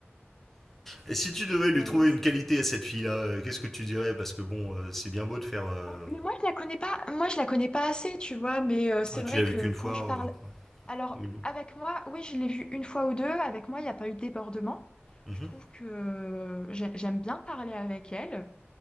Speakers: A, in the centre; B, on the left.
A: Et si tu devais
B: Réaliste.
A: lui trouver une qualité à cette fille-là, euh, qu'est-ce que tu dirais Parce que bon, euh, c'est bien beau de faire. euh,
B: Non, Mais moi, je la connais pas, moi, je la connais pas assez, tu vois, mais euh, c'est
A: ah, tu
B: vrai
A: l'as vu
B: que
A: qu'une
B: quand
A: fois
B: je parle
A: euh, ouais,
B: Alors,
A: ou une.
B: avec moi, oui, je l'ai vu une fois ou deux. Avec moi, il n'y a pas eu de débordement.
A: Mhm.
B: Je trouve que euh, j'ai- j'aime bien parler avec elle.